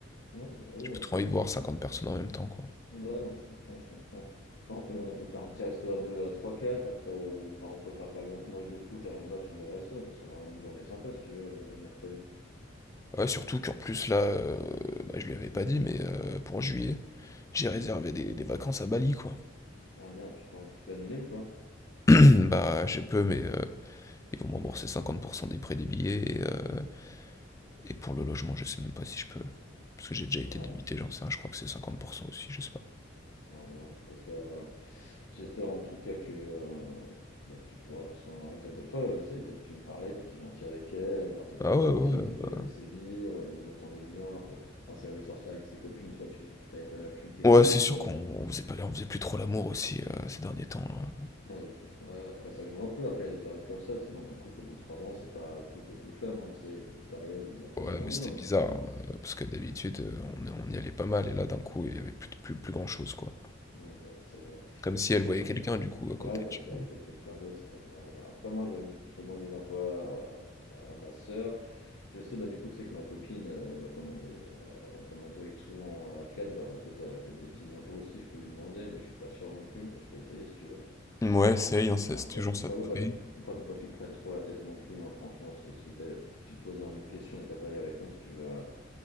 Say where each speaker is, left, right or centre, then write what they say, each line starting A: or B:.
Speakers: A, on the left; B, on the left.
A: un. Ouais, bah oui,
B: J'ai plus
A: on
B: trop
A: fait
B: envie de
A: un petit
B: voir
A: truc.
B: 50 personnes en même temps, quoi.
A: Ouais, non, je comprends, je comprends. Enfin, on peut, on peut faire un petit resto à 2 à trois quatre après, ou enfin, on peut faire par exemple match de foot avant le match, on va au resto, on peut se faire vraiment une journée sympa si tu veux, euh, mercredi.
B: Ouais, surtout qu'en plus, là, euh, bah, je lui avais pas dit, mais euh, pour juillet, j'ai réservé des, des vacances à Bali, quoi.
A: Ah merde, putain, tu peux annuler ou pas?
B: <clears throat> Bah, je peux, mais euh, ils vont me rembourser 50% des prix des billets. Et, euh, et pour le logement, je sais même pas si je peux. Parce que j'ai déjà été
A: Ah,
B: débité, j'en sais rien, je crois que c'est 50% aussi, je sais pas.
A: ah, merde, j'espère euh, j'espère en tout cas que, euh, bah, que tu pourras, parce que euh, t'es- t'es- toi, je sais, t'es- tu me parlais, t'étais gentil avec elle, bah, t'étais
B: Ah
A: pas
B: ouais,
A: toxique,
B: ouais, ouais.
A: tu tu l'as laissé vivre, euh, vous entendez bien, enfin, enfin, si elle avait sorti avec ses copines, tu vois, tu t'avais pas la fliquer
B: Ouais,
A: non plus,
B: Mmh. c'est sûr
A: quoi.
B: qu'on on faisait pas on faisait plus trop l'amour aussi, heu, ces derniers temps, hein.
A: Ah ouais, depuis trois- ouais, après ça joue un peu, après il y a des périodes comme ça, tu sais, dans un couple au bout de trois ans, c'est pas tout feu tout flamme, hein, tu sais, il y a des périodes où bah t'as
B: Ouais,
A: moins
B: mais
A: envie,
B: c'était
A: hein,
B: bizarre,
A: tout simplement.
B: hein, heu, parce que d'habitude, heu, on y on y allait pas mal et là, d'un coup, il y avait plus plus plus grand chose, quoi.
A: Ouais, bah, c'est euh,
B: Comme si elle voyait
A: bah, peut-être
B: quelqu'un, du coup, à
A: ouais,
B: côté,
A: comme
B: tu
A: s'il
B: vois?
A: y avait peut-être quelqu'un d'autre. ça, bah, après moi j'ai une- je peux demander des infos à, à ma sœur. Je sais bah du coup tu sais que ma copine, euh, bah comme on est euh, comme on se voyait souvent à 4, bah peut-être elle a peut-être des petites infos aussi, je peux lui demander, mais je suis pas sûr non plus, mais je peux essayer si tu veux.
B: Mouais, essaye, hein, ça
A: Après,
B: c'est toujours
A: après,
B: ça de pris.
A: faut pas que tu te, après, faut pas que tu te prennes trop la tête non plus, hein, franchement, parce que si t'es- tu te poses 20 mille questions et t'as pas les réponses, tu vas,